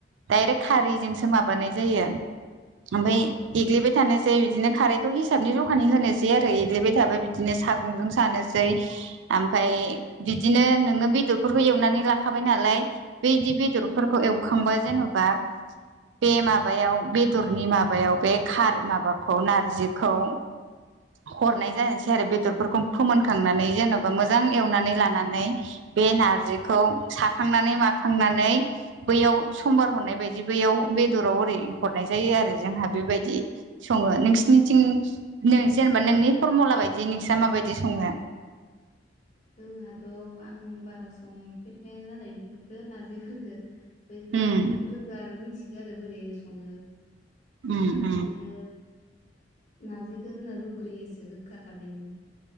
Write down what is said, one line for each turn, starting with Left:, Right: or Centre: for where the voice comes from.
Right: दायरेक्ट खारैजोंसो माबानाय जायो ओमफफ्राय एग्लिबाय थानोसै बिदिनो खारैखौ हिसाबनि जखानि होनोसै सै आरो एग्लिबाय थाबाय बिदिनो सागंजों सानोसै ओमफफ्राय बिदिनो नोङो बेदरफोरखौ एवनानै लाखाबाय नालाय बेदि बेदरफोरखौ एवखांबा जेन'बा बे माबायाव बेदरनि माबा माबायाव बेार माबाखौ नारजिखौ हरनाय जसै आरो बे बे फोनखांनानै जेनबा मोजां एवनानै लानानै बे नारजिखौ साखांनानै माखांनानै बैयाव समबार हरनाय बायदि बेैयाव बेदराव ओरै हरनाय जायो आरो जोंहा बेबायदि सङो नोंसिनि थिं नों जेनेबा नोंनि फरमुला बायदि नोंस माबायदि सङो
Left: जोंहाथ' आं बारा संफेरखाया नालाय बेफोरफोरखौ नारजिफोरखो बेफ्राय थेवबो
Right: उम
Left: रोंगौ आरो मिथिगौ आरो बोरै सङो जोंना
Right: उम उम
Left: बिदिनो नारजिखौ जोंना रुग्रोयोसो गोखा खारनायनि